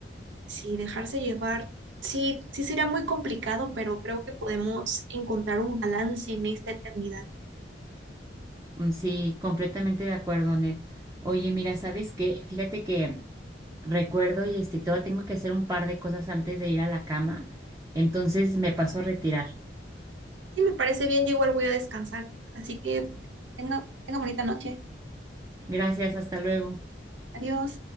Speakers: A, on the right; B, on the right.
A: Sí, dejarse llevar, sí, sí sería muy complicado, pero creo que podemos encontrar un balance en esta eternidad.
B: Mm, Sí, completamente de acuerdo, Anel. Oye, mira, ¿sabes qué? Fíjate que recuerdo y este, todavía tengo que hacer un par de cosas antes de ir a la cama, entonces me paso a retirar.
A: Sí, me parece bien, yo igual voy a descansar, así que tenga, tenga bonita noche.
B: Gracias, hasta luego.
A: Adiós.